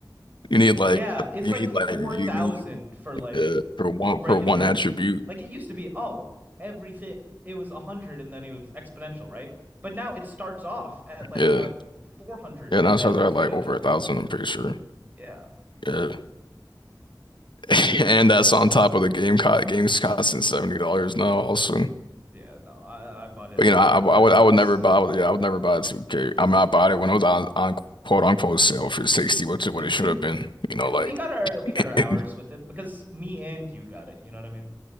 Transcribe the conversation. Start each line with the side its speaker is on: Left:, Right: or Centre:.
Left: You need like
Right: Yeah, it's
Left: you
Right: like
Left: need
Right: 4,000
Left: like you need
Right: for like
Left: Yeah, for one
Right: a regular
Left: for one attribute.
Right: like it used to be oh, everything it was 100 and then it was exponential, right? But now it starts off at like
Left: Yeah,
Right: a 400
Left: yeah.
Right: and
Left: Now
Right: then
Left: Charizard
Right: exponential.
Left: had like over a thousand. I'm pretty sure.
Right: Yeah.
Left: Yeah, <laughs> and that's on top of the game co game's costing seventy dollars now. Also,
Right: Yeah, no. I I bought it
Left: but
Right: at
Left: you
Right: less
Left: know, I,
Right: than
Left: I
Right: 10
Left: would
Right: bucks.
Left: I would never buy. Yeah, I would never buy 2K. I mean, I bought it when it was on, on quote unquote sale for sixty, which is
Right: <laughs>
Left: what it should have been. You know,
Right: Yeah, but
Left: like
Right: we got our we got
Left: <laughs>
Right: our hours
Left: yeah.
Right: with it because me and you got it, you know what I mean?